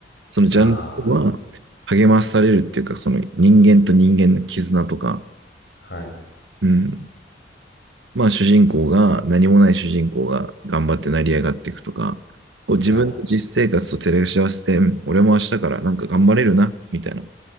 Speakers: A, on the right; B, on the left.
A: そのジャンルは励まされるっていうか、
B: あ
A: その人間と人間の絆とか、
B: あ。はい。
A: うん。まあ主人公が、何もない主人公が頑張って成り上がっていくとか、こう自分の実生活と照らし合わせて、
B: はい。
A: うん俺も明日からなんか頑張れるな、みたいな